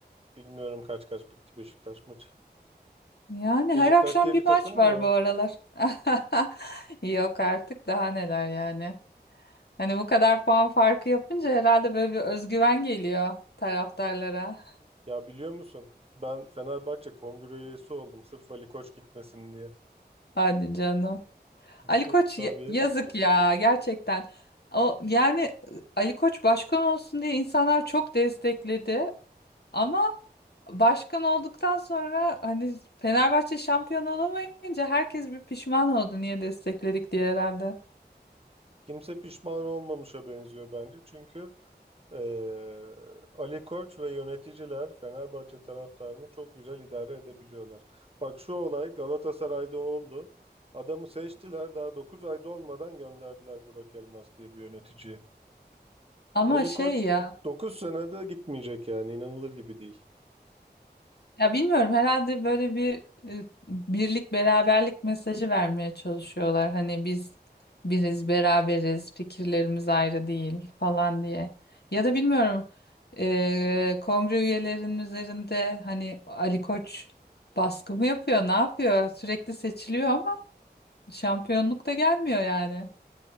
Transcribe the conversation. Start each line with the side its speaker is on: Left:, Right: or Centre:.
Right: Bilmiyorum kaç kaç bitti Beşiktaş maçı.
Left: Yani
Right: Beşiktaş
Left: her akşam
Right: diye
Left: bir
Right: bir takım
Left: maç
Right: mı
Left: var
Right: var?
Left: bu aralar. <laughs> Yok artık daha neler yani. Hani bu kadar puan farkı yapınca herhalde böyle bir özgüven geliyor taraftarlara.
Right: Ya biliyor musun? Ben Fenerbahçe kongre üyesi oldum sırf Ali Koç gitmesin diye.
Left: Hadi canım.
Right: <laughs>
Left: Ali Koç
Right: Tabii.
Left: ya- yazık ya gerçekten. O yani Ali Koç başkan olsun diye insanlar çok destekledi ama başkan olduktan sonra hani Fenerbahçe şampiyon olamayınca herkes bir pişman oldu niye destekledik diye herhalde.
Right: Kimse pişman olmamışa benziyor bence. Çünkü Ee, Ali Koç ve yöneticiler Fenerbahçe taraftarını çok güzel idare edebiliyorlar. Bak şu olay Galatasaray'da oldu. Adamı seçtiler daha 9 ayda olmadan gönderdiler Burak Elmas diye bir yöneticiyi.
Left: Ama
Right: Ali
Left: şey
Right: Koç
Left: ya
Right: dokuz senede gitmeyecek yani inanılır gibi değil.
Left: ya bilmiyorum herhalde böyle bir e, birlik beraberlik mesajı vermeye çalışıyorlar. Hani biz biriz beraberiz fikirlerimiz ayrı değil falan diye. Ya da bilmiyorum e, kongre üyelerinin üzerinde hani Ali Koç baskı mı yapıyor ne yapıyor sürekli seçiliyor ama şampiyonluk da gelmiyor yani.